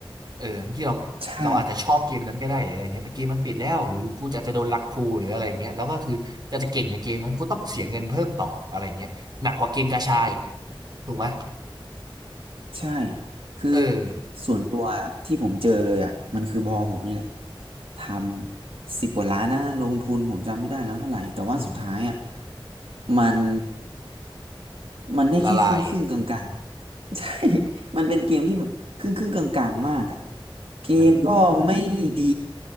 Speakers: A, on the right (about 50°); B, on the right (about 85°).
A: เออบางทีเรา
B: ใช่ครับ
A: เราอาจจะชอบเกมนั้นก็ได้หรืออะไรเงี้ยแต่เกมมันปิดแล้วหรือกูจะจะโดนลักพูหรืออะไรเงี้ยแล้วก็คือจะจะเก่งในเกมนั้นกูต้องเสียเงินเพิ่มต่ออะไรเงี้ยหนักกว่าเกมกาชาอีกถูกไหม
B: ใช่ คือ
A: เออ
B: ส่วนตัวที่ผมเจอเลยอ่ะมันคือบอผมนี่แหละทำสิบกว่าล้านนะลงทุนผมจำไม่ได้แล้วเท่าไหร่แต่ว่าสุดท้ายอ่ะ
A: อืม
B: มันมันได้แค่ครึ่งครึ่งกลางๆ
A: ละลาย
B: <laughs> ใช่มันเป็นเกมที่แบบครึ่งครึ่งกลางๆมากอ่ะเกมก็ไม่ดี
A: เออ